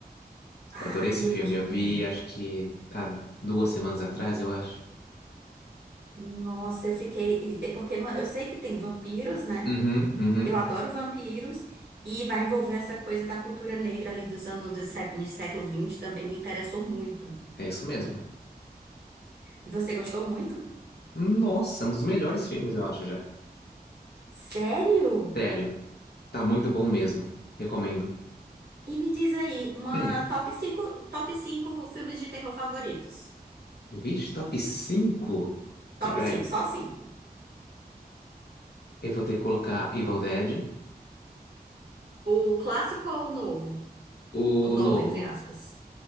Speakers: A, on the right; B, on the left.
A: Ai,
B: Eu adorei esse filme.
A: eu quero.
B: Eu vi,
A: muito.
B: acho que há duas semanas atrás, eu acho.
A: Nossa, eu fiquei. É porque ma- eu sei que tem vampiros, né?
B: Uhum, uhum.
A: Eu adoro vampiros. E vai envolver essa coisa da cultura negra ali dos anos do século, do século XX também me interessou muito.
B: É isso mesmo.
A: E você gostou muito?
B: Nossa, é um dos melhores filmes, eu acho já.
A: Sério?
B: Sério. Tá muito bom mesmo. Recomendo.
A: E me diz aí, uma
B: Hum,
A: top cinco top 5 filmes de terror favoritos.
B: vixe, top cinco Pera
A: Top cinco
B: aí.
A: só cinco
B: Eu vou ter que colocar Evil Dead,
A: O clássico ou o novo?
B: o
A: O novo,
B: novo.
A: entre aspas.